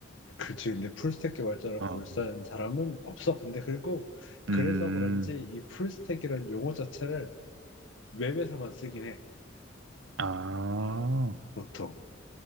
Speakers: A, on the left; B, on the right.
A: 그치, 근데 풀스택 개발자로
B: 어.
A: 불리는 사람은 없어. 근데 그리고 그래서
B: 음,
A: 그런지 이 풀스택이라는 용어 자체를 웹에서만 쓰긴 해,
B: 아.
A: 보통.